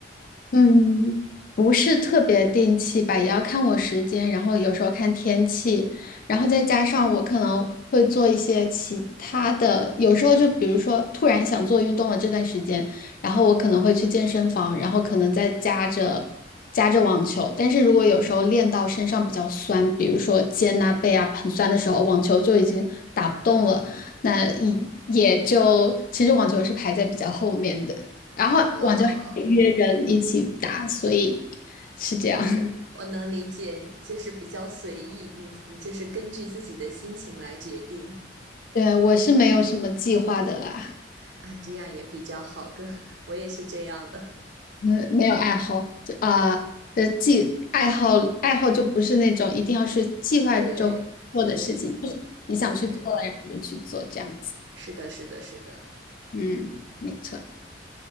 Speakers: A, on the left; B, on the right.
A: 嗯，不是特别定期吧，也要看我时间，然后有时候看天气，然后再加上我可能会做一些其他的，有时候就比如说突然想做运动了这段时间，然后我可能会去健身房，然后可能再加着加着网球，但是如果有时候练到身上比较酸，比如说肩啊背啊很酸的时候，网球就已经打不动了，那也也就其实网球是排在比较后面的。然后我就约人一起打，
B: 啊，
A: 所以是这样。<laughs>
B: 我能理解，就是比较随意，你你就是根据自己的心情来决定，
A: 对，我是没有什么计划的啦，
B: 啊，这样也比较好，跟 <laughs> 我也是这样的，
A: 嗯，没有爱好，就啊，的计爱好爱好就不是那种一定要是计划中做的事情，
B: <laughs> 对对
A: 就是你想去做了，
B: 对对，
A: 然后就去做这样子。
B: 是的，是的，是的，
A: 嗯，没错。